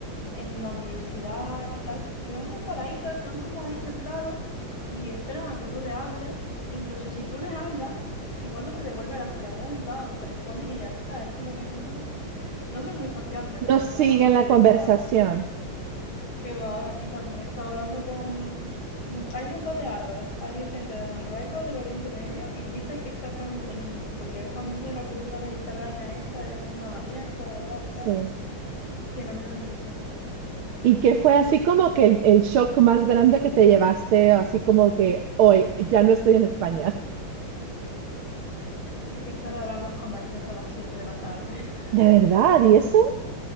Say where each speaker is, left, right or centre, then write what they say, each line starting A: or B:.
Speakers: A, on the left; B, on the right.
A: en la universidad y tal, que son muy paraditos, están como ahí sentados y esperan a que tú les hables. Incluso si tú les hablas, igual no te devuelven las preguntas o te responden y ya está. Es como que no, no son muy sociables,
B: No
A: la verdad,
B: siguen
A: algo que
B: la
A: yo
B: conversación,
A: he notado. Que va, y también estaba hablando con... much- hay un montón de árabes, hay gente de Marruecos, del Oriente Medio, y dicen exactamente lo mismo, porque ellos también tienen la cultura mediterránea esta de ser más abierta, de hablar,
B: sí.
A: tal. Tienen la misma impresión.
B: ¿Y qué fue así como que el, el shock más grande que te llevaste, así como que hoy ya no estoy en España?
A: Tío, que cerrarán los comercios a las 7 de la tarde. <laughs>
B: ¿De verdad? ¿Y eso?